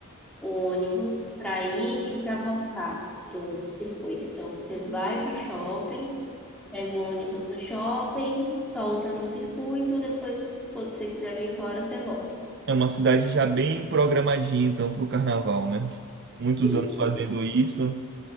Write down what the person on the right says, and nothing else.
É uma cidade já bem programadinha, então, pro carnaval, né? Muitos
anos fazendo isso.